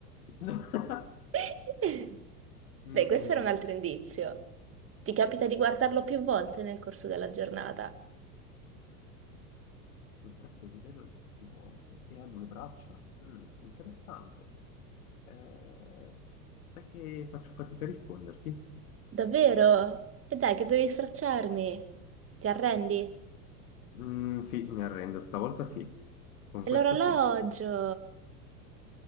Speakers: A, on the left (about 65°); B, on the right (about 30°).
A: <laughs>
B: <laughs>
A: Mm,
B: Dai, questo era un altro indizio. Ti capita di guardarlo più volte nel corso della giornata?
A: mi capita di vederlo più volte e ha due braccia. Mm, interessante. Eh, sai che faccio fatica a risponderti?
B: Davvero? E dai, che dovevi stracciarmi? Ti arrendi?
A: Mm, sì, mi arrendo, stavolta sì, con
B: E
A: questa
B: l'orologio?
A: sì.